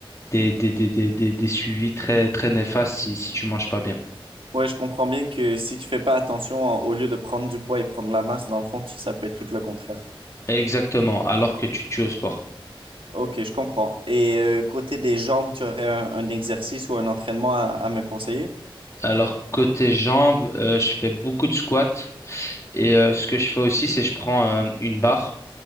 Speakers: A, on the left; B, on the right.
A: des, des, des, des, des, des suivis très, très néfastes si, si tu manges pas bien.
B: Ouais, je comprends bien que si tu fais pas attention, en- au lieu de prendre du poids et prendre la masse, dans le fond, tu- ça peut être tout le contraire.
A: Exactement, alors que tu te tues au sport.
B: Ok, je comprends. Et euh, côté des jambes, tu aurais un, un exercice ou un entraînement à, à me conseiller?
A: Alors, côté jambes, euh, je fais beaucoup de squats. Et euh, ce que je fais aussi, c'est je prends euh, une barre,